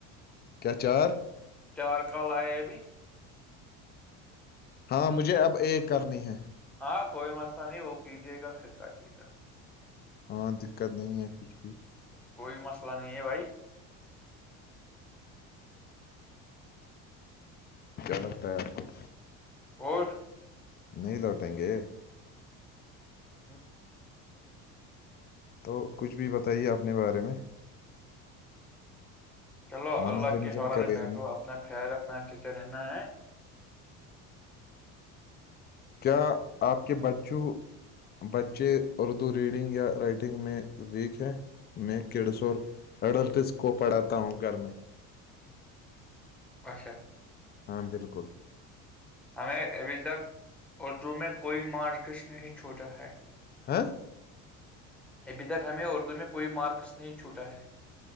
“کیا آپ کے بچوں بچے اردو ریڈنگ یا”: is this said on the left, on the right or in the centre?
Left